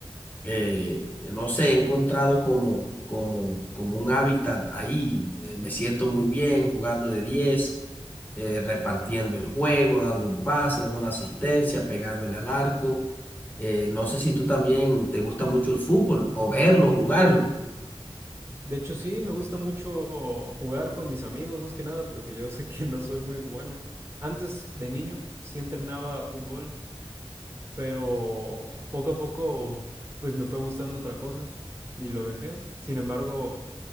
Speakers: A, on the left (about 20°); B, on the right (about 25°).
A: eh, no sé, he encontrado como, como, como un hábitat ahí. Eh, me siento muy bien jugando de diez eh, repartiendo el juego, dando un pase, dando una asistencia, pegándole al arco. Eh, no sé si tú también te gusta mucho el fútbol o verlo, jugarlo.
B: De hecho, sí, me gusta mucho jugar con mis amigos, más que nada, porque yo <laughs> sé que no soy muy bueno. Antes de niño sí entrenaba fútbol, pero poco a poco pues me fue gustando otra cosa y lo dejé. Sin embargo,